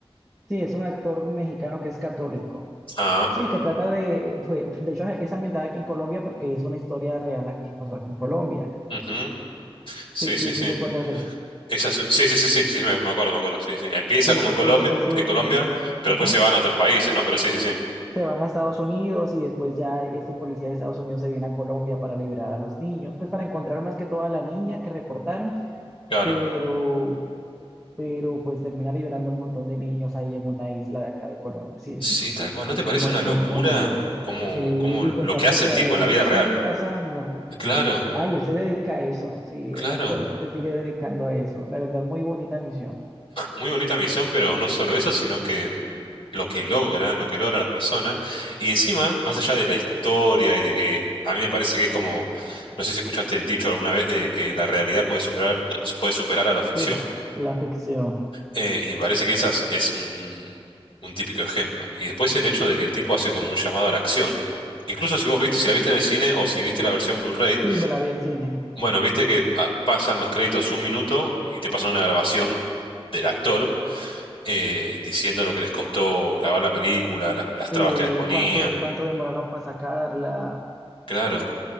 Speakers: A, in the centre; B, on the left.
A: sí, es un actor mexicano que es católico.
B: Ah,
A: Sí, que trata de, fue- de hecho, es ambientada aquí en Colombia porque es una historia real a- que pasó aquí en Colombia.
B: ujú. Sí,
A: Sí,
B: sí,
A: sí,
B: sí.
A: sí, recuerdas eso.
B: Esa es- su- sí, sí, sí, sí, sí, me, me acuerdo, me acuerdo. Sí, sí. Empieza
A: Que
B: como
A: es,
B: en Colombia,
A: es, es un,
B: en Colombia, pero
A: ajá.
B: después se van a otros países, ¿no? Pero sí, sí, sí.
A: Se van a Estados Unidos y después ya ese policía de Estados Unidos se viene a Colombia para liberar a los niños, pues para encontrar más que todo a la niña que reportaron
B: Claro.
A: pero pero pues termina liberando un montón de niños ahí en una isla de acá de Colombia. Sí, es,
B: Sí, tal cual. ¿No te parece
A: es muy,
B: una
A: muy,
B: locura
A: muy buena.
B: como,
A: Sí,
B: como
A: y
B: lo
A: pensar
B: que hace
A: que todavía
B: el tipo en la
A: eso
B: vida
A: sigue
B: real?
A: pasando.
B: Claro,
A: Ay, él se dedica a eso, sí,
B: claro.
A: el actor se sigue dedicando a eso. La verdad, muy bonita misión.
B: Muy bonita misión, pero no solo eso, sino que lo que logra, lo que logra la persona. Y encima, más allá de la historia y de que a mí me parece que es como, no sé si escuchaste el dicho alguna vez de que la realidad puede superar, puede superar a la ficción.
A: Sí, la ficción.
B: Eh, y me parece que esas es un, un- un típico ejemplo. Y después el hecho de que el tipo hace como un llamado a la acción. Incluso si vos viste, si la viste en el cine o si viste la versión Blu-ray,
A: Sí, me la vi en cine.
B: bueno, viste que ah, pasan los créditos un minuto y te pasan una grabación del actor eh, diciendo lo que les costó grabar la película, las, las
A: Sí,
B: trabas que les ponían.
A: cuánto, cuánto demoraron para sacarla.
B: Claro.